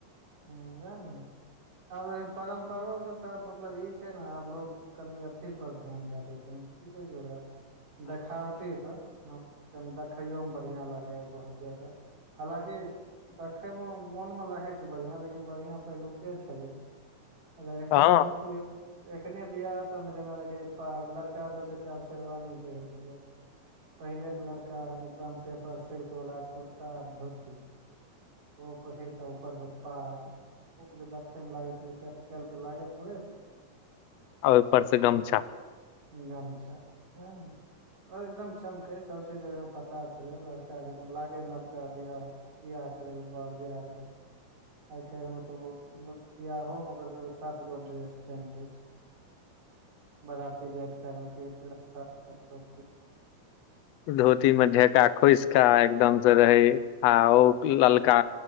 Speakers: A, on the right (about 70°); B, on the left (about 75°).
A: हँ वएह ना आब परम्परो के साथ मतलब ई छै ने आब लोको कनि अथी पर ध्यान दए देलखिन की कहे छै ओकरा देखावटी पर हँ कनी देखैयो मे बढ़िया लागेए बहुत ज्यादा हँलाकि देखे मे मोन मे लागे छै बढ़िया लेकिन बढ़िया पहिलुके छलै अगर एखनो
B: हँ
A: कीयो एखने वियाह सभमे जेना देखै छिय पाग लड़कासभ जे छै आब शेरवानी पहिर कऽ जाय छै पहिलेके लड़का एकदम पेपर सिल्क वाला कुर्ता आ धोती ओ पहिर कऽ ऊपर से पाग ओ जे देखय मे लागै छलै से आय काल्हि के लागे थोड़े छै
B: आ उपरसँ गमछा
A: गमछा ए एकदम चमकै सब चीज ओहिमें पता छले लड़का जकाँ लागे नवका बियाह बियाह करै ल बर जा रहल छै आइ काल्हि में तऽ ओ बियाहो में ओकर सबके सात गो ड्रेस चेंज होय छै बाराती जायत काल ओ कि रस्ता कतो
B: धोती मे ढका खोसिकऽ एकदम से रहै आ ओ ललका